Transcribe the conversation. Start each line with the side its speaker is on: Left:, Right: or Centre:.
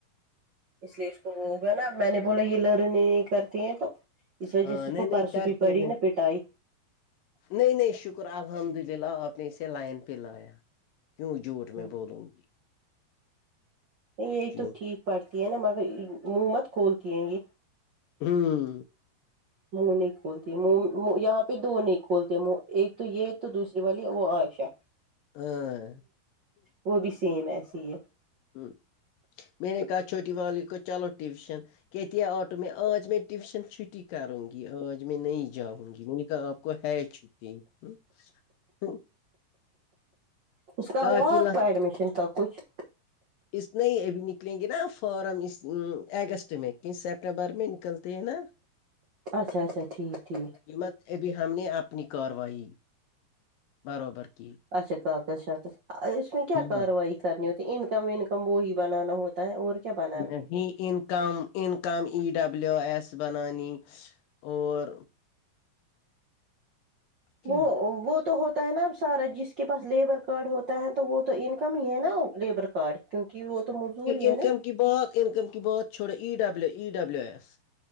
Right: اس لیے اس کو وہ ہوگا نا میں نے بولا یہ لرن نہیں کرتی ہیں تو اس وجہ
Left: ہاں
Right: سے اس
Left: نہیں
Right: کو
Left: نہیں
Right: پرس
Left: کرتی
Right: بھی پڑی
Left: نہیں
Right: نا پیٹائی
Left: نہیں نہیں شکر الحمد للہ آپ نے اسے لائن پہ لایا کیوں جھوٹ میں
Right: نہیں
Left: بولوں گی
Right: نہیں یہی
Left: کیوں
Right: تو ٹھیک پڑھتی ہے نا مگر مو مت کھولتی ہے یہ
Left: ہوں
Right: منہ نہیں کھولتی یہاں پہ دو نہیں کھولتے منہ ایک تو یہ تو دوسری والی وہ آئش ہ
Left: ہاں
Right: وہ بھی سیم ایسی ہے
Left: ہمم میں نے کہا چھوٹی والی کو چلو ٹیوشن کہتی آٹو میں آج میں ٹیوشن چھٹی کروں گی آج میں نہیں جاؤں گی میں نے کہا آپ کو ہے چھٹی ہ
Right: اس کا
Left: کاپلا
Right: ہوا آپ کا ایڈمیشن کا کچھ
Left: اس میں ہی ابھی نکلیں گے نا فارم اس اگست میں کہ سپٹمبر میں نکلتے ہیں نا
Right: اچھا اچھا ٹھیک ٹھیک
Left: قیمت ابھی ہم نے اپنی کاروائی برابر کی
Right: اچھا کاغذ شاغذ اس میں کیا
Left: ہاں
Right: کاروائی کرنی ہوتی انکم ونکم وہی بنانا ہوتا تا ہے اور کیا بات
Left: نہیں income income E W S بنانی اور کیا
Right: وہ وہ تو ہوتا ہے نا اب سارا جس کے پاس لیبر کارڈ ہوتا ہے تو وہ تو انکم ہی ہے نا لیبر پڑ کیونکہ وہ تو مزدور ہی ہے
Left: انکم
Right: نا
Left: کہ بات انکم کی بات چھڑا E W E W S